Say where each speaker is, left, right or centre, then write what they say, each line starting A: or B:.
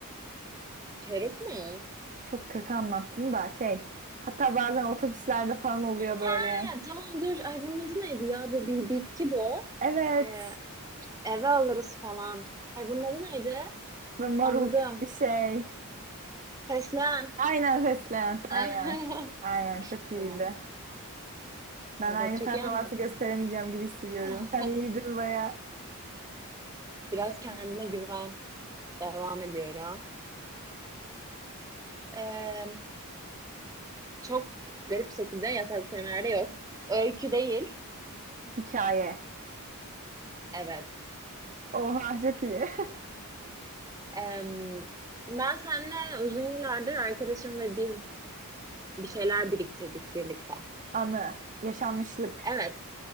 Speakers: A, on the right; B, on the right.
A: peruk mu?
B: Çok kötü anlattım da şey. Hatta bazen otobüslerde falan oluyor
A: Ha,
B: böyle.
A: tamam dur. Ay bunun adı neydi ya? Bu bir bitki bu.
B: Evet.
A: E, Eve alırız falan. Ay bunun adı neydi?
B: Böyle marul
A: Anladım.
B: gibi bir şey.
A: Fesleğen.
B: Aynen fesleğen.
A: <laughs>
B: Aynen. Aynen çok iyiydi.
A: Tamam.
B: Ben
A: Evet
B: aynı
A: çok
B: performansı
A: iyi anlattın.
B: gösteremeyeceğim gibi hissediyorum.
A: <laughs>
B: Sen iyiydin baya.
A: Biraz kendine güven. Devam ediyorum. Ee, çok garip şekilde yasal kelimelerde yok. Öykü değil.
B: Hikaye.
A: Evet.
B: Oha çok iyi.
A: Ee, ben seninle uzun yıllardır arkadaşım ve biz bir şeyler biriktirdik birlikte.
B: <laughs> Anı. Yaşanmışlık.
A: Evet.